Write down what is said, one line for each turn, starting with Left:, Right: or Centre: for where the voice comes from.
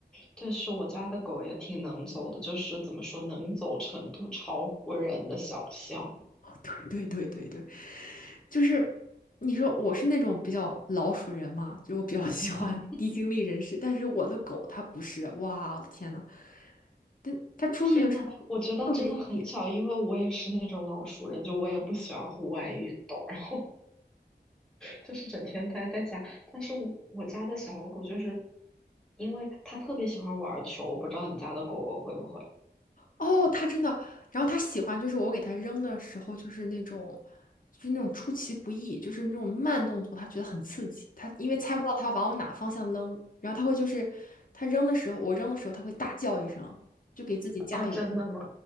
Centre: 对，是我家的狗也挺能走的，就是怎么说，能走程度超乎人的想象。
Left: 哦，对对对对对，就是你说我是那种比较老鼠人嘛，就我比较喜欢
Centre: 嗯嗯，
Left: <laughs> 低精力人士，但是我的狗它不是，哇，我的天呐！他他出去的时候特别野
Centre: 天呐，我觉得真的很巧，因为我也是那种老熟人，就我也不喜欢户外运动，然后就是整天待在家。但是我我家的小狗就是，因为它特别喜欢玩球，我不知道你家的狗狗会不会。
Left: 哦，他真的，然后他喜欢就是我给他扔的时候，就是那种，就是那种出其不意，就是那种慢动作，他觉得很刺激。他因为猜不到他往我哪方向扔，然后他会就是他扔的时候，我扔的时候，他会大叫一声，就给自己加油。
Centre: 哦，真的吗？